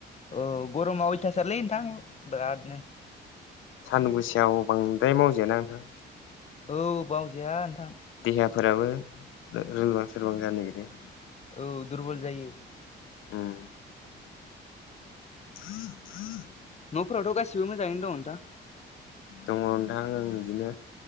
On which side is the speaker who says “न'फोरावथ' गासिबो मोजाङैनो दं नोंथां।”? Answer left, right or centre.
Left